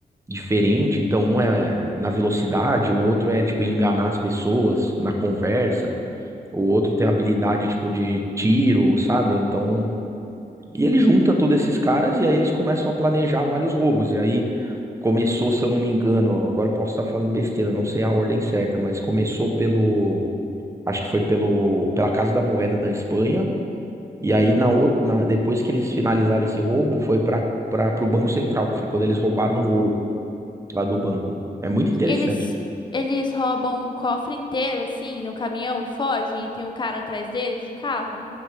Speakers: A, on the right; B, on the left.
A: diferente. Então, um é na velocidade, o outro é, tipo, em enganar as pessoas na conversa, o outro tem habilidade, tipo, de tiro, sabe? Então. E ele junta todos esses caras e aí eles começam a planejar vários roubos. E aí começou, se eu não me engano, agora eu posso estar falando besteira, não sei a ordem certa, mas começou pelo. Acho que foi pelo, pela Casa da Moeda da Espanha. E aí, na, ou- na, depois que eles finalizaram esse roubo, foi para para o Banco Central, que foi quando eles roubaram o ouro lá do banco. É muito interessante.
B: E Eles, eles roubam um cofre inteiro assim no caminhão e fogem e tem um cara atrás deles de carro.